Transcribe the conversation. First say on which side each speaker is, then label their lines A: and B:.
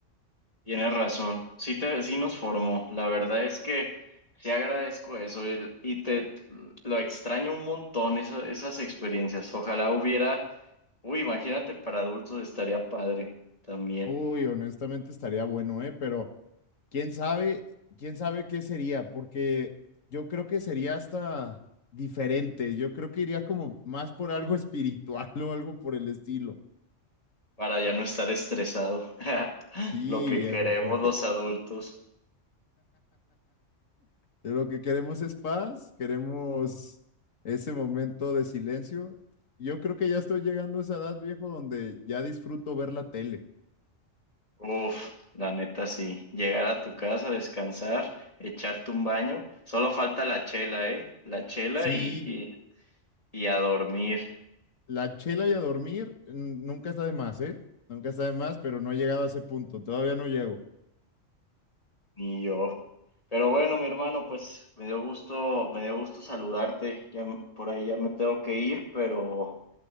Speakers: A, on the left (about 30°); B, on the left (about 80°).
A: Tienes razón, sí, te, sí nos formó. La verdad es que sí agradezco eso el- y te lo extraño un montón esa- esas experiencias. Ojalá hubiera, uy, imagínate para adultos estaría padre también,
B: Uy, honestamente estaría bueno, ¿eh? Pero quién sabe, quién sabe qué sería, porque yo creo que sería hasta diferente. Yo creo que iría como más por algo espiritual <laughs> o algo por el estilo.
A: para ya no estar estresado. <laughs>
B: Sí,
A: Lo que
B: viejo,
A: queremos
B: porque
A: los adultos.
B: lo que queremos es paz, queremos ese momento de silencio. Yo creo que ya estoy llegando a esa edad, viejo, donde ya disfruto ver la tele.
A: Uf, la neta sí. Llegar a tu casa, descansar, echarte un baño. Solo falta la chela, ¿eh? La chela
B: Sí,
A: y, y, y a dormir.
B: la chela y a dormir mm, nunca está de más, ¿eh? Nunca está de más, pero no he llegado a ese punto, todavía no llego.
A: Ni yo. Pero bueno, mi hermano, pues me dio gusto, me dio gusto saludarte. Ya m- por ahí ya me tengo que ir, pero